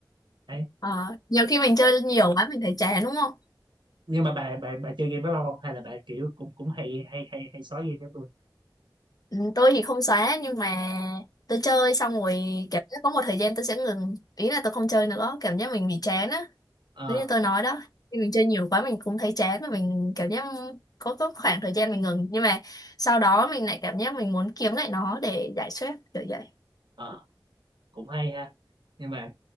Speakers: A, on the right (about 75°); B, on the left (about 50°).
A: Đấy.
B: Ờ, nhiều khi mình chơi nhiều quá mình thấy chán đúng không?
A: nhưng mà bà bà bà chơi game bao lâu không hay là bà kiểu cũng cũng hay hay hay hay xóa game giống tôi
B: Ừ, tôi thì không xóa nhưng mà tôi chơi xong rồi cảm giác có một thời gian tôi sẽ ngừng ý là tôi không chơi nữa cảm giác mình bị chán á
A: ờ
B: giống như tôi nói đó khi mình chơi nhiều quá mình cũng thấy chán và mình cảm giác có có khoảng thời gian mình ngừng nhưng mà sau đó mình lại cảm giác mình muốn kiếm lại nó để giải stress kiểu vậy
A: ờ cũng hay ha nhưng mà